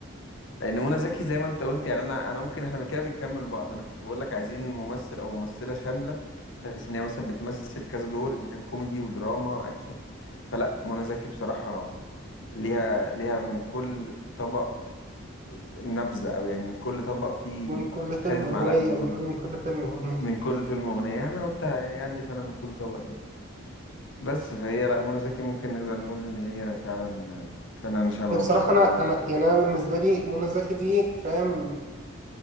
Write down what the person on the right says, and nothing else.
من كل فيلم
أغنية
بيقولوا
من كل فيلم أغنية
بصراحة
أنا
أنا يعني أنا بالنسبة لي منى زكي دي فاهم